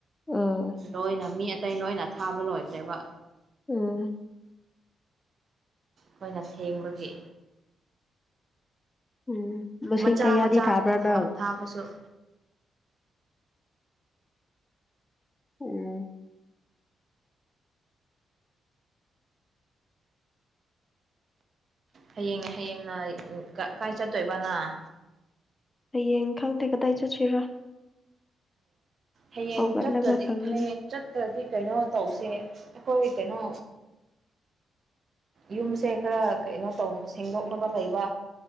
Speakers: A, on the left (about 20°); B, on the right (about 50°).
A: ꯑꯥ
B: ꯂꯣꯏꯅ ꯃꯤ ꯑꯇꯩ ꯂꯣꯏꯅ ꯊꯥꯕ ꯂꯣꯏꯗꯈ꯭ꯔꯦꯕ
A: ꯎꯝ
B: ꯈꯣꯏꯅ ꯁꯦꯡꯕꯒꯤ
A: ꯎꯝ ꯂꯨꯁꯤꯡ
B: ꯃꯆꯥ
A: ꯀꯌꯥꯗꯤ
B: ꯃꯆꯥꯗꯅꯦ
A: ꯊꯥꯕ꯭ꯔꯥ ꯅꯪ
B: ꯊꯥꯕꯁꯨ
A: ꯎꯝ
B: ꯍꯌꯦꯡ ꯍꯌꯦꯡꯅ ꯀꯥꯏ ꯆꯠꯇꯣꯏꯕ ꯅꯪ
A: ꯍꯌꯦꯡ ꯈꯪꯗꯦ ꯀꯗꯥꯏ ꯆꯠꯁꯤꯔ
B: ꯍꯌꯦꯡ
A: ꯍꯧꯒꯠꯂꯒ
B: ꯆꯠꯇꯗꯤ
A: ꯈꯪꯒꯅꯤ
B: ꯍꯌꯦꯡ ꯆꯠꯇꯗꯤ ꯀꯩꯅꯣ ꯇꯧꯁꯦ ꯑꯩꯈꯣꯏ ꯀꯩꯅꯣ ꯌꯨꯝꯁꯦ ꯈꯔ ꯀꯩꯅꯣ ꯇꯧ ꯁꯦꯡꯗꯣꯛꯅꯕ ꯂꯩꯕ